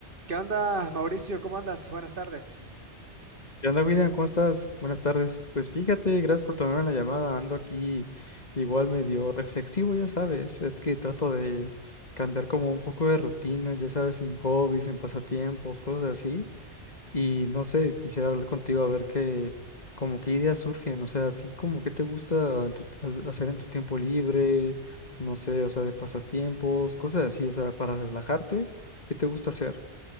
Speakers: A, on the right; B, on the left.
A: ¿Qué onda, Mauricio? ¿Cómo andas? Buenas tardes.
B: ¿Qué onda, William? ¿Cómo estás? Buenas tardes. Pues fíjate, gracias por tomarme la llamada. Ando aquí igual medio reflexivo, ya sabes. Es que trato de cambiar como un poco de rutina, ya sabes, en hobbies, en pasatiempos, cosas así. Y no sé, quisiera hablar contigo a ver qué, como qué ideas surgen. O sea, a ti como qué te gusta en tu- ha- hacer en tu tiempo libre, no sé, o sea, de pasatiempos, cosas así, o sea, para relajarte, ¿qué te gusta hacer?